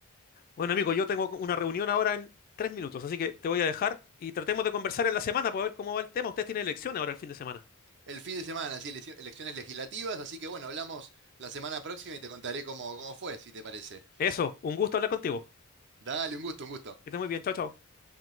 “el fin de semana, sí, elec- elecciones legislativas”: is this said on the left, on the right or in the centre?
Right